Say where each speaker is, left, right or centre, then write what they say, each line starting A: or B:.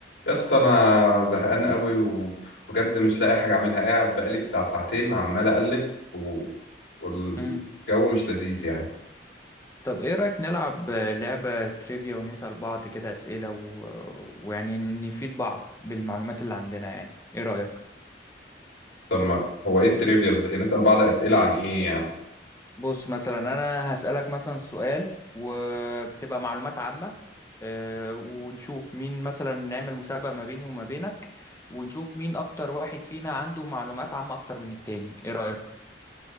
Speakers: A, on the left (about 85°); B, on the left (about 15°).
A: يا اسطى انا زهقان قوي وبجد مش لاقي حاجه اعملها قاعد بقالي بتاع ساعتين عمال اقلب و... والجو
B: مم.
A: مش لذيذ يعني
B: طب ايه رأيك نلعب لعبة تريفيا ونسأل بعض كده أسئلة و... ويعني نفيد بعض بالمعلومات اللي عندنا يعني ايه رأيك
A: طب ما هو ايه التريفيا بز... يعني نسال بعض اسئله عن ايه يعني
B: بص مثلا انا هسألك مثلا سؤال وبتبقى معلومات عامة آه، ونشوف مين مثلا نعمل مسابقة ما بيني وما بينك ونشوف مين اكتر واحد فينا عنده معلومات عامة اكتر من التاني ايه رأيك